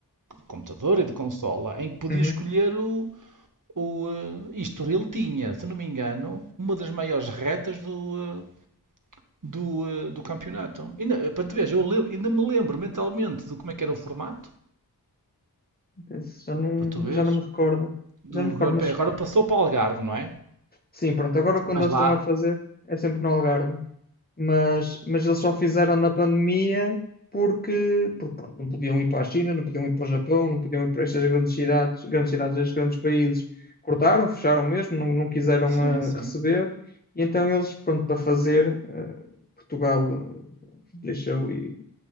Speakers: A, on the right; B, on the left.
A: computador e de consola em que podia
B: Uhum.
A: escolher o, o eh, e Estoril tinha, se não me engano, uma das maiores retas do, eh, do, eh, do campeonato. Ainda, eh, para tu veres, eu le- ainda me lembro mentalmente de como é que era o formato,
B: Esse já não,
A: para tu veres,
B: já não me recordo.
A: do
B: Já não me
A: Grande
B: recordo, mas
A: Prémio. Agora passou para o Algarve, não é?
B: sim, pronto, agora quando
A: Mas
B: eles
A: lá,
B: estão a fazer é sempre no Algarve. Mas, mas eles só fizeram na pandemia porque, porque pronto, não podiam ir para a China, não podiam ir para o Japão, não podiam ir para estas grandes cidades, grandes cidades, estes grandes países. Cortaram, fecharam mesmo, não, não quiseram
A: sim,
B: eh,
A: sim.
B: receber. E então eles, pronto, para fazer, eh, Portugal eh, deixou e